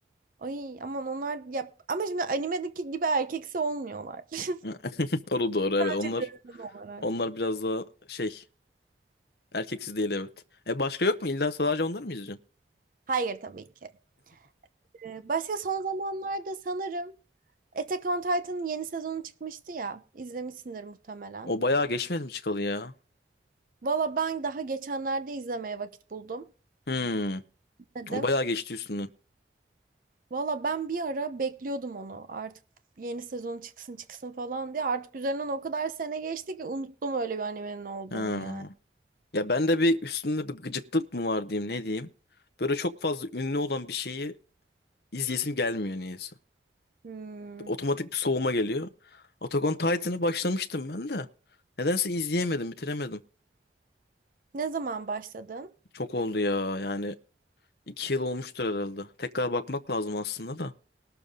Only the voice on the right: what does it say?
Ay aman onlar ya ama şimdi animedeki gibi erkeksi olmuyorlar. <laughs>
Sadece
görünüm olarak.
Hayır tabii ki. Ee, başka son zamanlarda sanırım Attack on Titan'ın yeni sezonu çıkmıştı ya. İzlemişsindir muhtemelen.
Valla ben daha geçenlerde izlemeye vakit buldum
dedim.
Valla ben bir ara bekliyordum onu artık yeni sezon çıksın çıksın falan diye. Artık üzerinden o kadar sene geçti ki unuttum öyle bir animenin olduğunu
yani.
Hmm.
Ne zaman başladın?